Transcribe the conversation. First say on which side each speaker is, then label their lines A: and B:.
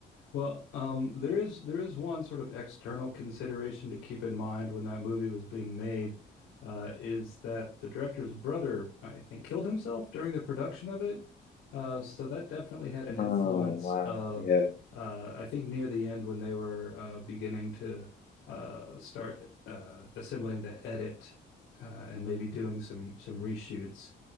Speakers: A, on the left; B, on the left.
A: Well, um, there is there is one sort of external consideration to keep in mind when that movie was being made, uh, is that the director's brother, I think, killed himself during the production of it. Uh, so that definitely had an
B: Oh
A: influence.
B: wow.
A: Uh,
B: Yeah.
A: uh, I think near the end when they were uh, beginning to uh, start uh, assembling the edit uh, and maybe doing some some reshoots,